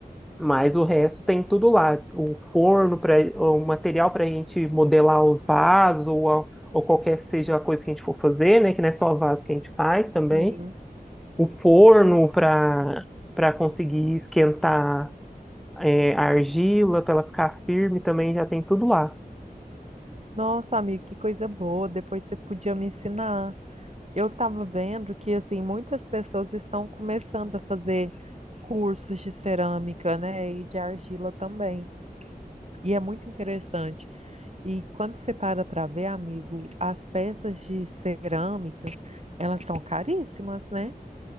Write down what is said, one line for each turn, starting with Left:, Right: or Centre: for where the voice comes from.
Centre: Mas o resto tem tudo lá, o forno para o material para a gente modelar os vasos ou, a- ou qualquer seja a coisa que a gente for fazer, né? Que não é só vaso que a gente faz também.
Right: Sim.
Centre: O forno para para conseguir esquentar é, a argila, para ela ficar firme também já tem tudo lá.
Right: Nossa, amigo que coisa boa. Depois você podia me ensinar. Eu estava vendo que assim muitas pessoas estão começando a fazer cursos de cerâmica, né? E de argila também. E é muito interessante. E quando você para para ver, amigo, as peças de cerâmicas, elas são caríssimas, né?